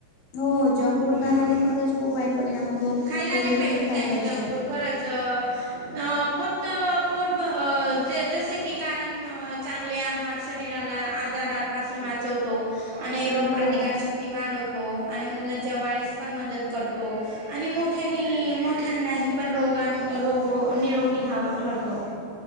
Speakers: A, on the left (about 75°); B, on the right (about 65°).
A: हो जंक फूड खाल्ल्याने
B: हां
A: खरंच खूप वाईट परिणाम होतो
B: खायला
A: हेल्दीी
B: नाही पाहिजे
A: फूड खायला
B: त्याने
A: पाहिजे.
B: जंक फूड खरंच. अ फक्त पोट जसे की कारण चांगले आहात. शरीराला आजारापासून वाचवतो आणि
A: हो
B: रो शक्ती वाढवतो आणि मुलांच्या वाढीस पण मदत करतो. आणि मोठ्यांनी मोठ्यांनाही पण रोगां रोगो निरोगी रा ठरतो.